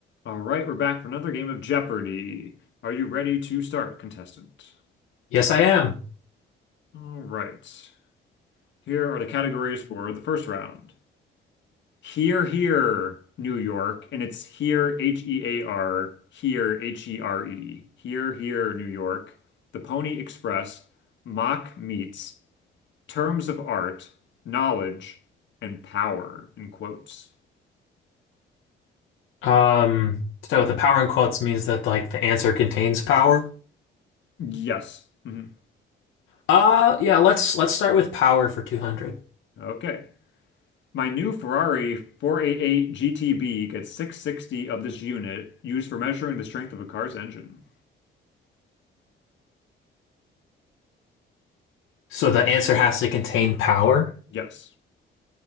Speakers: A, on the left; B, on the left.
A: All right, we're back for another game of Jeopardy! Are you ready to start, contestant?
B: Yes, I am.
A: All right. Here are the categories for the first round. Here, here, New York, and it's here, H-E-A-R, here, H-E-R-E, H E R E. here, here, New York, The Pony Express, Mock Meets, Terms of Art, Knowledge, and Power, in quotes.
B: Um, so the power in quotes means that like the answer contains power.
A: Yes. Mhm.
B: Uh, yeah, let's let's start with power for 200.
A: Okay. My new Ferrari 488 GTB gets 660 of this unit used for measuring the strength of a car's engine.
B: So the answer has to contain power.
A: Yes,